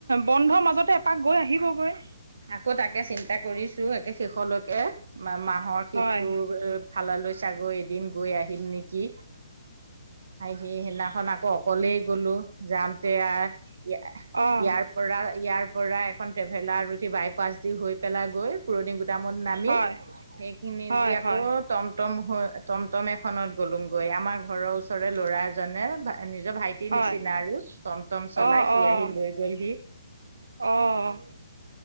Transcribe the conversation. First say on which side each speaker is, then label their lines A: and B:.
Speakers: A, on the right; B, on the right.
A: বন্ধৰ মাজতে এপাক গৈ আহিবগৈ
B: আকৌ তাকে চিন্তা কৰিছো একে শেষলৈকে মা মাহৰ শেষটোৰ
A: হয়,
B: খালালৈ চাগৈ এদিন গৈ আহিম নেকি? সেই সেইদিনাখন আকৌ অকলেই গ'লো যাওঁতে আৰু
A: অ',
B: ইয়াৰ পৰা ইয়াৰ পৰা এখন ট্ৰেভেলাৰ বাই পাচ দি হৈ পেলাই গৈ পুৰণি গুদামত নামি
A: হয়,
B: সেইখিনি
A: হয়,
B: তেতিয়া আকৌ
A: হয়,
B: টমটম হৈ টমটম এখনত গলোংগৈ আমাৰ ঘৰৰ ওচ ওচৰৰে ল'ৰা এজনে নিজৰ ভাইটিৰ
A: হয়।
B: নিচিনা আৰু টম, টম চলায়
A: অ',
B: সি
A: অ',
B: আহি লৈ গ'লহি
A: অ'।